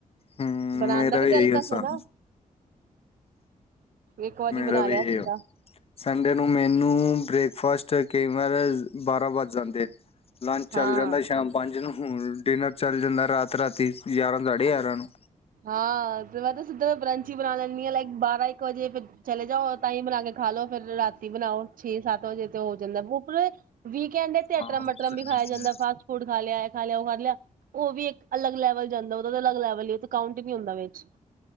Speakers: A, on the left; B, on the right.
A: ਹਮ
B: ਬਣਾਣ
A: ਮੇਰਾ
B: ਦਾ ਵੀ ਤੇ
A: ਇਹੀ
B: ਅਲਕਸ
A: ਹਿਸਾਬ
B: ਹੈ ਨਾ ਇੱਕ ਵਾਰੀ
A: ਮੇਰਾ
B: ਬਣਾ
A: ਵੀ‌
B: ਲਿਆ
A: ਏਇਹੋ
B: ਸਿੱਧਾ
A: ਸੰ ਨੂੰ ਮੈਨੂੰ ਬ੍ਰੇਕਫਾਸਟ ਕਈ ਵਾਰ ਬਾਰਾਂ ਵਜ ਜਾਂਦੇ, ਲੰਚ
B: ਹਾਂ।
A: ਚੱਲ ਜਾਂਦਾ ਸ਼ਾਮ ਪੰਜ ਨੂੰ। ਹੋਰ ਡਿਨਰ ਚੱਲ ਜਾਂਦਾ ਰਾਤ- ਰਾਤੀ। ਗਿਆਰਾਂ- ਸਾਢੇ ਗਿਆਰਾਂ ਨੂੰ।
B: ਹਾਂ, ਤੇ ਮੈਂ ਤੇ ਸਿੱਧਾ ਬੰਰਚ ਈ ਬਣਾ ਲੈਨੀਂ ਹਾਂ, ਲਾਈਕ ਬਾਰਾਂ- ਇੱਕ ਵਜੇ ਫ ਚਲੇ ਜਾਓ, ਤਾਂਈ ਹੀ ਬਣਾ ਕੇ ਖਾ ਲੋ, ਫਿਰ ਰਾਤੀ ਬਣਾਓ ਛੇ- ਸੱਤ ਵਜੇ ਤੇ ਹੋ ਜਾਂਦਾ। ਬੁਪਰੇ ਵੀਕਐਂਡ ਤੇ
A: ਹਾਂ
B: ਅਟਰਮ-
A: ਉਹ
B: ਮਟਰਮ
A: ਤਾਂ
B: ਵੀ
A: ਹੈ
B: ਖਾਇਆ ਜਾਂਦਾ, ਫਾਸਟ- ਫੂਡ ਖਾ ਲਿਆ। ਖਾ ਲਿਆ ਉਹ ਖਾ ਲਿਆ, ਉਹ ਵੀ ਇੱਕ ਅਲੱਗ ਲੈਵਲ ਜਾਂਦਾ, ਉਹਦਾ ਤੇ ਅਲੱਗ ਲੈਵਲ ਹੀ ਕਾਊਂਟ ਵੀ ਹੁੰਦਾ ਵਿੱਚ